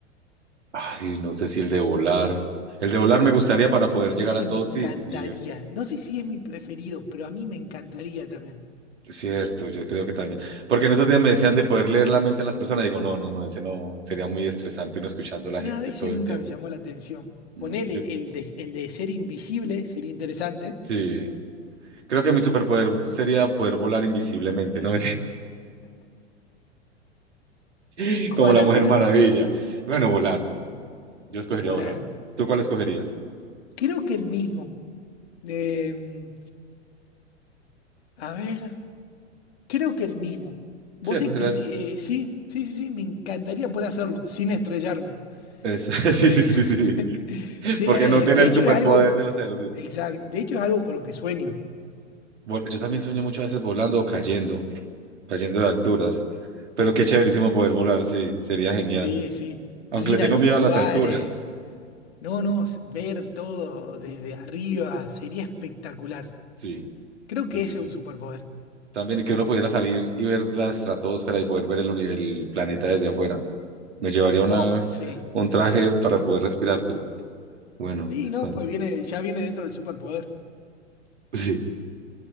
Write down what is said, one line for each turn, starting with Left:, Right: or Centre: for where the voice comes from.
Right: ay, no sé si el de volar. El de volar me gustaría para poder llegar
Left: Ese
Right: a todo
Left: me encantaría.
Right: sitio.
Left: No sé si es mi preferido, pero a mí me encantaría también.
Right: Cierto, yo creo que también. Porque en esos días me decían de poder leer la mente a las personas. Digo, no, no, no, ese no sería muy estresante uno escuchando a la
Left: No,
Right: gente
Left: ese
Right: todo
Left: nunca
Right: el tiempo.
Left: me llamó la atención.
Right: No,
Left: Ponele
Right: yo
Left: el de, el de ser invisible, sería interesante.
Right: sí. Creo que mi superpoder sería poder volar invisiblemente, ¿no? <laughs>
Left: ¿Cuál
Right: Como la
Left: al
Right: Mujer
Left: final?
Right: Maravilla. Bueno, volar. Yo escogería
Left: Volar.
Right: volar. ¿Tú cuál escogerías?
Left: Creo que el mismo. Eh, a ver, creo que el mismo. Vos
Right: Sí, este
Left: sé
Right: sería...
Left: que sí,
Right: es-
Left: eh, sí, sí, sí, sí, me encantaría poder hacerlo sin estrellarme.
Right: <laughs> sí, sí,
Left: Eh,
Right: sí, sí, sí,
Left: <laughs> sí,
Right: porque
Left: eh,
Right: no tiene
Left: de
Right: el
Left: hecho
Right: superpoder
Left: es algo,
Right: del acero, sí.
Left: exacto, de hecho es algo con lo que sueño.
Right: Vol- Yo también sueño muchas veces volando o cayendo, cayendo de alturas, pero qué chéverísimo poder volar, sí, sería genial.
Left: Sí, sí,
Right: Aunque
Left: ir
Right: le tengo
Left: a los
Right: miedo
Left: lugares,
Right: a las alturas. <laughs>
Left: no, no, s- ver todo desde arriba sería espectacular.
Right: Sí,
Left: Creo que
Right: sí, sí,
Left: ese
Right: sí.
Left: es un superpoder.
Right: También y que uno pudiera salir y ver la estratosfera y poder ver el, uni- el planeta desde afuera. Me llevaría una,
Left: Oh, sí.
Right: un traje para poder respirar, pero bueno,
Left: Y no,
Right: bueno,
Left: pues viene, ya viene dentro del superpoder.
Right: sí.